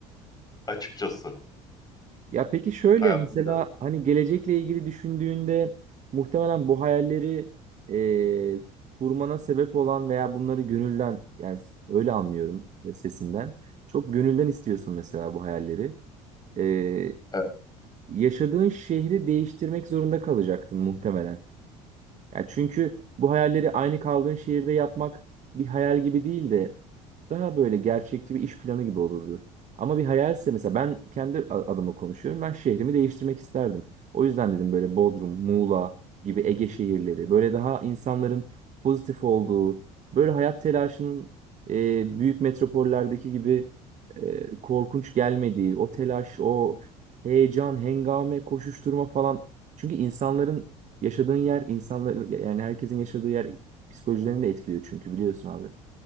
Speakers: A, on the left; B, on the right.
A: açıkçası.
B: Ya peki şöyle
A: Hayatım
B: mesela
A: bir dönem.
B: hani gelecekle ilgili düşündüğünde muhtemelen bu hayalleri e, kurmana sebep olan veya bunları gönülden yani öyle anlıyorum sesinden çok gönülden istiyorsun mesela bu hayalleri. E,
A: Evet.
B: yaşadığın şehri değiştirmek zorunda kalacaktın muhtemelen. Yani çünkü bu hayalleri aynı kaldığın şehirde yapmak bir hayal gibi değil de daha böyle gerçekçi bir iş planı gibi olurdu. Ama bir hayalse mesela ben kendi a- adıma konuşuyorum. Ben şehrimi değiştirmek isterdim. O yüzden dedim böyle Bodrum, Muğla gibi Ege şehirleri böyle daha insanların pozitif olduğu, böyle hayat telaşının e, büyük metropollerdeki gibi e, korkunç gelmediği, o telaş, o heyecan, hengame, koşuşturma falan. Çünkü insanların Yaşadığın yer insanlar yani herkesin yaşadığı yer psikolojilerini de etkiliyor çünkü biliyorsun abi.